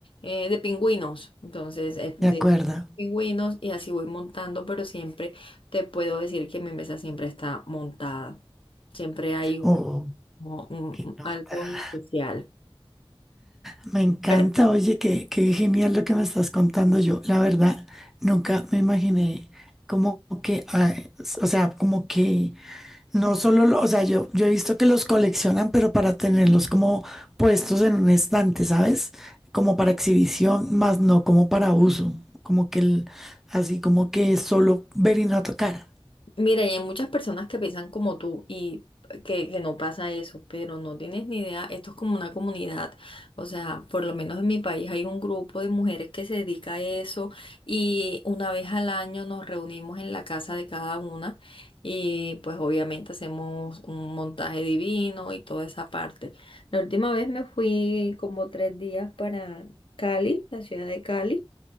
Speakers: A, on the left; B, in the centre.
A: eh, de pingüinos. Entonces, eh, de
B: de acuerdo.
A: pingüinos y así voy montando, pero siempre te puedo decir que mi mesa siempre está montada. Siempre hay un
B: Oh,
A: como un-
B: qué
A: un-
B: nota.
A: algo en especial.
B: Me encanta,
A: Pero
B: oye, qué, qué genial lo que me estás contando. Yo, la verdad, nunca me imaginé como que, ah, o sea, como que no solo, lo- o sea, yo, yo he visto que los coleccionan, pero para tenerlos como puestos en un estante, ¿sabes? Como para exhibición, más no como para uso, como que el- así como que solo ver y no tocar.
A: mira, y hay muchas personas que piensan como tú y que, que no pasa eso, pero no tienes ni idea, esto es como una comunidad, o sea, por lo menos en mi país hay un grupo de mujeres que se dedica a eso y una vez al año nos reunimos en la casa de cada una y pues obviamente hacemos un montaje divino y toda esa parte. La última vez me fui como tres días para Cali, la ciudad de Cali.